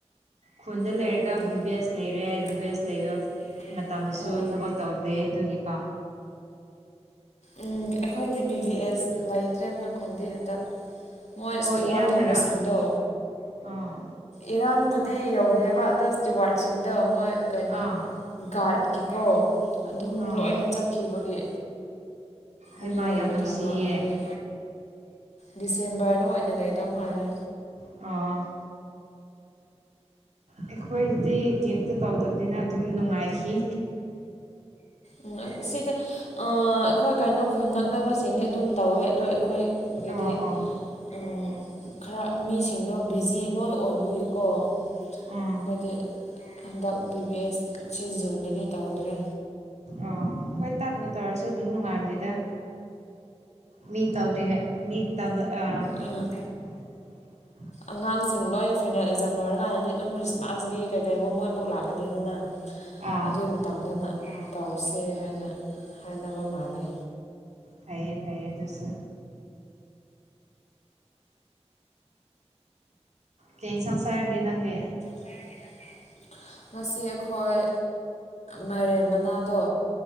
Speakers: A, on the right; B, on the left.
A: ꯈꯨꯟꯗ ꯂꯩꯔꯒ
B: ꯑꯣ ꯑꯣ ꯑꯣ
A: ꯚꯤꯚꯦꯁ ꯂꯩꯔꯦ
B: ꯐꯣꯟꯗ ꯂꯩꯔꯒ
A: ꯚꯤꯚꯁ
B: ꯕꯤꯖꯤꯅꯦꯁ
A: ꯂꯩꯕ
B: ꯂꯩꯔꯦ
A: ꯃꯇꯝꯗꯁꯨ
B: ꯕꯤꯖꯤꯅꯦꯁ ꯂꯩꯔꯒ
A: ꯊꯕꯛ ꯇꯧꯗꯦ ꯑꯗꯨꯒꯤꯀꯣ
B: ꯎꯝ ꯑꯩꯈꯣꯏꯗꯤ ꯕꯤ ꯚꯤ ꯑꯦꯁ ꯂꯩꯇ꯭ꯔꯦ ꯑꯩꯈꯣꯏ ꯈꯨꯟꯗꯤ ꯍꯟꯗꯛ ꯃꯣꯏ ꯏꯁꯇꯤꯋꯥꯔ
A: ꯑꯣ ꯏꯔꯥꯡꯅꯔꯥ
B: ꯊꯝꯕꯁꯤꯡꯗꯣ
A: ꯑꯥ
B: ꯏꯔꯥꯡꯕꯨꯗꯤ ꯌꯧꯗꯦꯕ ꯑꯗꯣ ꯏꯁꯇꯤꯋꯥꯔꯗꯁꯤꯡꯗꯣ ꯃꯣꯏ ꯀꯩꯅꯣ
A: ꯑꯥ
B: ꯒꯥꯔꯗꯀꯤꯀꯣ ꯑꯗꯨꯝ
A: ꯑꯥ
B: ꯂꯣꯏꯅ ꯆꯠꯈꯤꯕꯒꯤ
A: ꯍꯩꯃꯥ
B: ꯃꯤ ꯂꯩꯇ꯭ꯔꯕ
A: ꯌꯥꯝ ꯅꯨꯡꯁꯤꯌꯦ
B: ꯑꯗꯨꯒꯤ ꯗꯤꯁꯦꯝꯕꯔꯗ ꯑꯣꯏꯅ ꯂꯩꯗꯧ ꯃꯥꯜꯂꯦ
A: ꯑꯣ ꯑꯩꯈꯣꯏꯗꯗꯤ ꯀꯩꯝꯇ ꯇꯧꯗꯕꯅꯤꯅ ꯑꯗꯨꯝ ꯅꯨꯡꯉꯥꯏꯈꯤ
B: ꯎꯝ ꯁꯤꯗ ꯑꯥ ꯑꯩꯈꯣꯏ ꯀꯩꯅꯣ ꯈꯨꯟ ꯅꯛꯅꯕꯁꯤꯡꯗꯤ ꯑꯗꯨꯝ ꯇꯧꯋꯦ ꯑꯗꯣ ꯑꯩꯈꯣꯏ ꯃꯤꯗꯤ
A: ꯑꯣ ꯑꯣ
B: ꯎꯝ ꯈꯔ ꯃꯤꯁꯤꯡꯗꯣ ꯕꯤꯖꯤ ꯂꯣꯏ ꯑꯣꯏꯕꯒꯤꯀꯣ ꯑꯩꯈꯣꯏꯗꯤ
A: ꯎꯝ
B: ꯍꯟꯗꯛ ꯚꯤ ꯕꯤ ꯑꯦꯁ ꯁꯤ ꯖꯨꯟꯗꯗꯤ ꯇꯧꯗ꯭ꯔꯦ
A: ꯑꯣ ꯍꯣꯏ ꯇꯥꯞꯅ ꯇꯧꯔꯁꯨ ꯑꯗꯨꯝ ꯅꯨꯡꯉꯥꯏꯕꯅꯤꯗ ꯃꯤ ꯇꯧ꯭ꯔꯤꯉ ꯃꯤ ꯇꯥꯎꯗ ꯑ
B: ꯎꯝ
A: <unintelligible>
B: ꯑꯉꯥꯡꯁꯤꯡ ꯂꯣꯏ ꯐꯥꯏꯅꯦꯜ ꯑꯦꯛꯖꯥꯝ ꯂꯣꯏꯔꯀꯥꯟꯗꯗꯤ ꯑꯗꯨꯝ ꯈ꯭ꯔꯤꯁꯃꯥꯁꯀꯤ ꯀꯩ ꯀꯩ ꯃꯣꯏꯃꯨꯛ ꯂꯥꯛꯀꯅꯤꯗꯅ
A: ꯑꯥ
B: ꯑꯗꯨꯏ ꯃꯇꯝꯗꯅ ꯇꯧꯁꯦ ꯍꯥꯏꯅ ꯍꯥꯏꯅꯕ ꯃꯥꯟꯂꯦ
A: ꯐꯩꯌꯦ ꯐꯩꯌꯦ ꯑꯗꯨꯁꯨ ꯀꯩ ꯏꯟꯁꯥꯡ ꯆꯔꯒꯦ ꯅꯪꯗꯤ
B: ꯆꯔꯒꯦ ꯅꯪꯗꯤ ꯉꯁꯤ ꯑꯩꯈꯣꯏ ꯃꯥꯏꯔꯦꯟ ꯃꯅꯥꯗꯣ